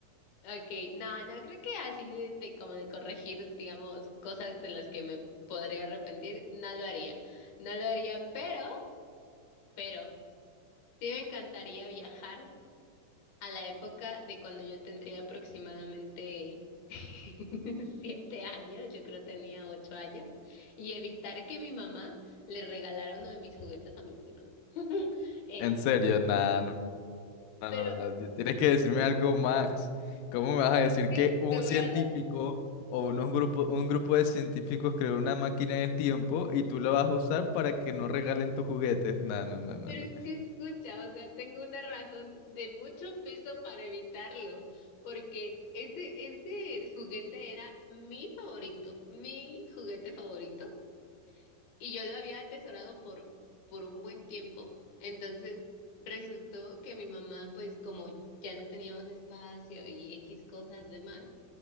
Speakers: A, on the left (about 70°); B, on the left (about 80°).
A: sea, ok, no, no, creo que así de, de como de corregir, digamos, cosas de las que me podría arrepentir, no lo haría, no lo haría, pero, pero, sí me encantaría viajar a la época de cuando yo tendría aproximadamente <laughs> siete años, yo creo tenía ocho años, y evitar que mi mamá le regalara uno de mis juguetes a mi prima. Es,
B: En serio, nada, no, no,
A: pero
B: no, no, no, Tienes que decirme algo más. ¿Cómo me vas a decir
A: pero es que
B: que un
A: te voy
B: científico
A: a dar,
B: o unos grupo, un grupo de científicos creó una máquina del tiempo y tú la vas a usar para que no regalen tus juguetes? No, no, no, no,
A: pero
B: no.
A: es que escucha, o sea, tengo una razón de mucho peso para evitarlo, porque ese, ese juguete era mi favorito, mi juguete favorito. Y yo lo había atesorado por, por un buen tiempo. Entonces, resultó que mi mamá, pues como ya no teníamos espacio y X cosas demás,